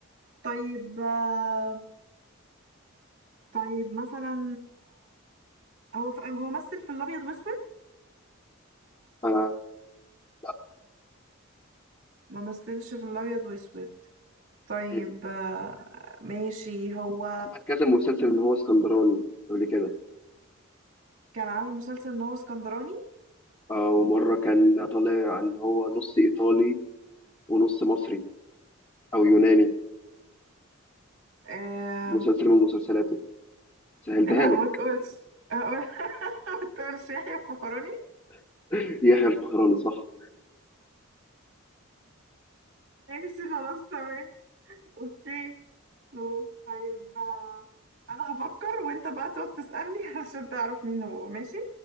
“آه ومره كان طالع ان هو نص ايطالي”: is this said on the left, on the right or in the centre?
Left